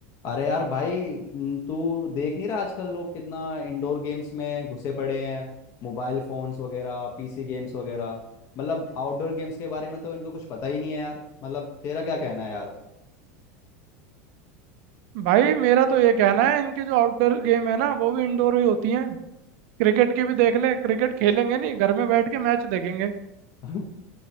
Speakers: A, on the left; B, on the right.
A: अरे यार भाई न- तू देख नहीं रहा आजकल लोग कितना इंडोर गेम्स में घुसे पड़े हैं मोबाइल फोन्स वगैरह पीसी गेम्स वगैरह मतलब आउटडोर गेम्स के बारे में तो इनको कुछ पता ही नहीं है यार मतलब तेरा क्या कहना है यार
B: भाई मेरा तो ये कहना है इनकी जो आउटडोर गेम है ना वो भी इंडोर ही होती हैं क्रिकेट की भी देख ले क्रिकेट खेलेंगे नहीं घर में बैठ के मैच देखेंगे
A: <laughs>